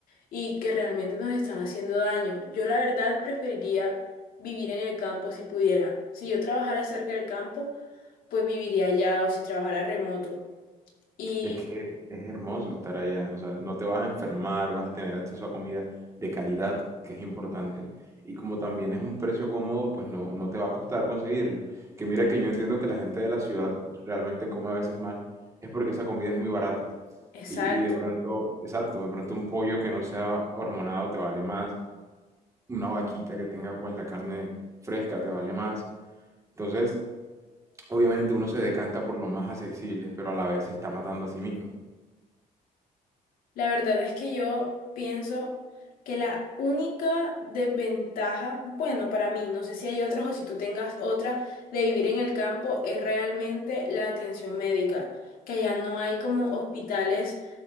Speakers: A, on the left; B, on the right.
A: y que realmente nos están haciendo daño. Yo la verdad preferiría vivir en el campo si pudiera. Si yo trabajara cerca del campo, pues viviría allá o si trabajara remoto. Y
B: Es que es hermoso estar allá, o sea, no te vas a enfermar, vas a tener acceso a comida de calidad, que es importante, y como también es un precio cómodo, pues no, no te va a costar conseguirla. Que mira que yo entiendo que la gente de la ciudad realmente come a veces mal, es porque esa comida es muy barata.
A: exacto.
B: Y, y de pronto, exacto, de pronto un pollo que no sea hormonado te vale más, una vaquita que tenga pues la carne fresca te vale más. Entonces, obviamente uno se decanta por lo más accesible, pero a la vez se está matando a sí mismo.
A: La verdad es que yo pienso que la única desventaja, bueno, para mí, no sé si hay otras o si tú tengas otra, de vivir en el campo es realmente la atención médica, que allá no hay como hospitales